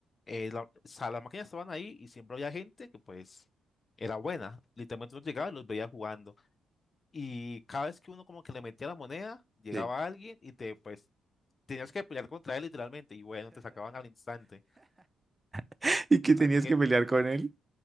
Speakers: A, on the left; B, on the right.
A: eh, la- o sea, las máquinas estaban ahí y siempre había gente que pues era buena. Literalmente los llegaba y los veía jugando. Y cada vez que uno como que le metía la moneda, llegaba
B: Sí.
A: alguien y te, pues, tenías que pelear contra él literalmente. Y bueno, te sacaban al instante.
B: <laughs> Y que tenías
A: Así que,
B: que pelear con él.